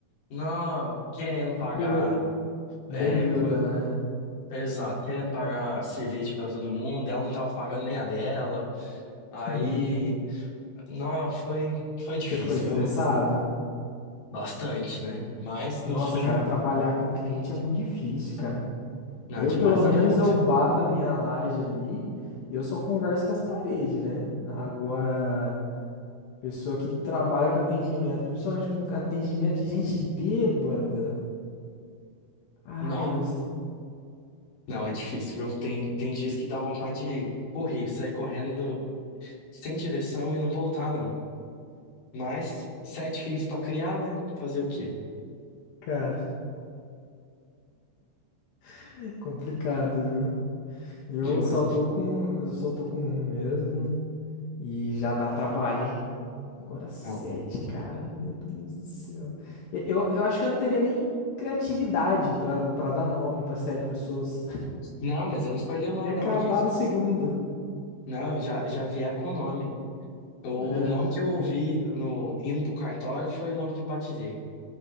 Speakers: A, on the left; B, on the left.
A: não, querendo pagar,
B: Bê-
A: é,
B: Bem bêbada,
A: co-
B: né?
A: exato, querendo pagar cerveja para todo mundo, ela não tava pagando nem a dela. Aí,
B: Hum.
A: não, foi, foi difícil,
B: Você ficou estressado?
A: viu? Bastante, né? Mas no
B: Nossa,
A: fim,
B: cara, trabalhar com cliente é muito difícil, cara.
A: não,
B: Eu,
A: demais
B: pelo
A: da
B: menos,
A: conta.
B: eu bato a minha laje ali e eu só converso com as paredes, né? Agora, pessoa que trabalha com atendimento, principalmente com atendimento de gente bêbada. Ai,
A: Não,
B: deve ser,
A: Não, é difícil, viu? Tem, tem dias que dá vontade de correr, sair correndo no- sem direção e não voltar, não. Mas sete filhos pra criar, né? Fazer o quê?
B: cara, <laughs> complicado, viu? Eu
A: Demais.
B: só tô com, eu só tô com um mesmo e já dá trabalho, hein? Agora sete,
A: Ah,
B: cara, meu Deus do céu. E- Eu, eu acho que eu não teria nem criatividade pra para dar nome pra sete pessoas.
A: não, mas eu não escolhi
B: <laughs>
A: o nome,
B: Ia acabar
A: não. Quem esco-
B: no segundo.
A: Não, já, já vieram com o nome. O,
B: É.
A: o nome que eu ouvi no indo pro cartório foi o nome que batizei.